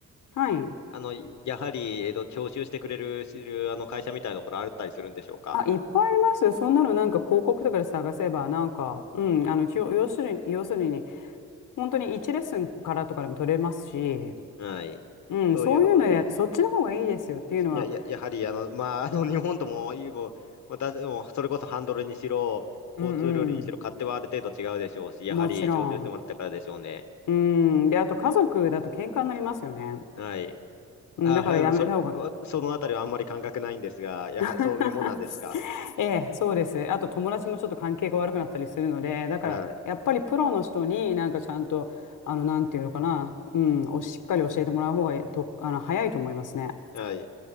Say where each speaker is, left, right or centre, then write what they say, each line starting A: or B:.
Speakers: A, on the left; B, on the left.
A: はい。
B: あの、やはり、えっと、徴収してくれる、しあの、会社みたいなところあったりするんでしょうか。
A: あ、いっぱいありますよ。そんなのなんか広告とかで探せば、なんか、うん、あの、きょ要するに、要するに本当に1レッスンからとかでも取れますし、
B: はい。
A: うん、
B: そういうところで、
A: そういうので、そっちの方がいいですよっていうのは、
B: いや、いや、やはり、あの、まあ、<laughs> あの、日本とも、いいもう、ももうそれこそハンドルにしろ、
A: うん
B: 交通ルールにしろ、勝手はある程度違うでしょうし、やはり、
A: うん、もちろん。
B: 徴収してもらったからでしょうね。
A: うん、で、あと家族だと喧嘩になりますよね。
B: はい。
A: うん、
B: あ、
A: だからやめた方が。
B: はい、そ、そのあたりはあんまり感覚ないんですが、やは、
A: <laughs>
B: そういうもんなんですか。
A: ええ、そうです。あと友達もちょっと関係が悪くなったりするので、だからやっぱりプロの人になんかちゃんと、
B: はい。
A: あの、なんていうのかな、うん、おしっかり教えてもらう方がと、あの、早いと思いますね。
B: はい。